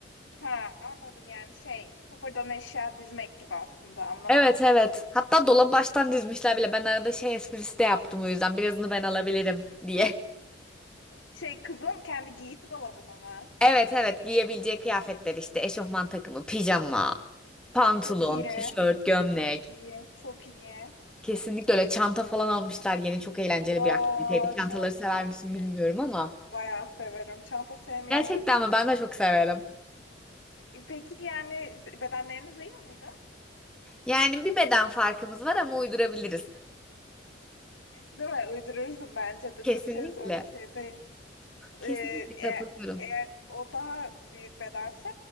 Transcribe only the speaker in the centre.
Evet evet. Hatta dolabı baştan dizmişler bile. Ben arada şey esprisi de yaptım o yüzden birazını ben alabilirim diye.
Evet evet giyebileceği kıyafetler işte eşofman takımı, pijama, pantolon,
tişört, gömlek.
Kesinlikle öyle çanta falan almışlar yeni çok eğlenceli
bir aktiviteydi. Çantaları
sever
misin
bilmiyorum ama.
Gerçekten
mi? Ben de çok severim.
Yani bir beden farkımız var ama uydurabiliriz.
Kesinlikle.
Kesinlikle
katılıyorum.